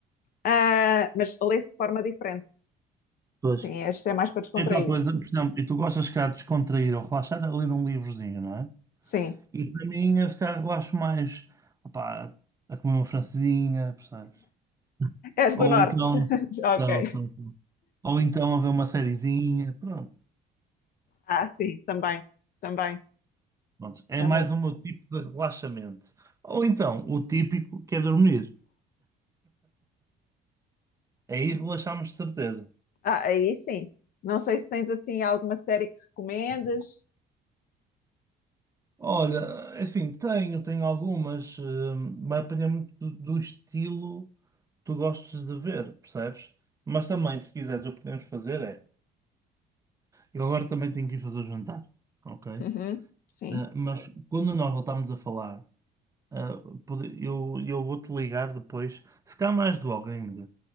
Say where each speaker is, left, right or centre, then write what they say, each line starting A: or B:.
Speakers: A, on the left; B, on the right.
A: ah, mas leio-se de forma diferente.
B: Pois.
A: Sim, este é mais para descontrair.
B: É tal coisa, por exemplo, e tu gostas, cá, de descontrair ou relaxar, a ler um livrozinho, não é?
A: Sim.
B: E para mim, eu se calhar relaxo mais, opá, a comer uma francesinha, percebes?
A: És
B: Ou
A: do norte?
B: então,
A: <laughs> Ok.
B: não, só- ou então a ver uma sériezinha, pronto.
A: Ah, sim, também, também,
B: Pronto, é
A: também.
B: mais o meu tipo de relaxamento. Ou então, o típico que é dormir. Aí relaxamos de certeza.
A: Ah, aí sim. Não sei se tens assim alguma série que recomendas.
B: Olha, é assim, tenho, tenho algumas, hum, vai depender muito do, do estilo que tu gostes de ver, percebes? Mas também, se quiseres, o que podemos fazer é. Eu agora também tenho que ir fazer o jantar, ok?
A: Uhum, Sim,
B: Ah, mas quando nós voltarmos a falar, ah, pode- eu, eu vou-te ligar depois, se calhar mais logo ainda,